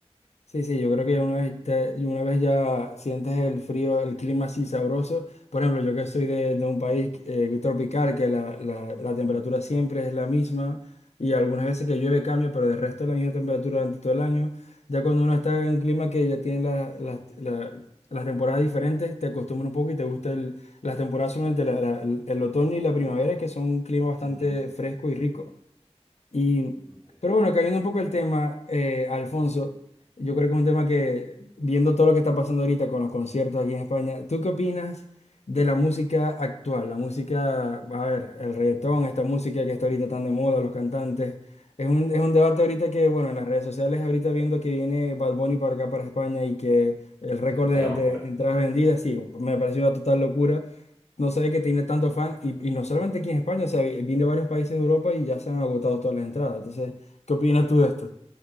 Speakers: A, on the left; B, on the right.
A: Sí, sí, yo creo que ya una vez, te- y una vez ya sientes el frío, el clima así sabroso. Por ejemplo, yo que soy de, de un país eh, tropical, que la, la- la temperatura siempre es la misma y algunas veces que llueve cambia, pero del resto es la misma temperatura durante todo el año. Ya cuando uno está en un clima que ya tiene la- la- la- las temporadas diferentes, te acostumbras un poco y te gusta el- las temporadas solamente la- la- el, el otoño y la primavera, que son un clima bastante
B: Ujú.
A: fresco y rico. Y,
B: Muy bien.
A: pero bueno, cayendo un poco el tema, eh, Alfonso, yo creo que es un tema que, viendo todo lo que está pasando ahorita con los conciertos aquí en España, ¿tú qué opinas de la música actual? La música, a ver, el reggaetón, esta música que está ahorita tan de moda, los cantantes. Es un, es un debate ahorita que, bueno, en las redes sociales, ahorita viendo que viene Bad Bunny para acá, para España, y que el récord
B: Vaya
A: de,
B: locura.
A: de entradas vendidas, sí, me pareció una total locura no sé que tiene tanto fan, y, y no solamente aquí en España, o sea, vi- viene de varios países de Europa y ya se han agotado todas las entradas. Entonces, ¿qué opinas tú de esto?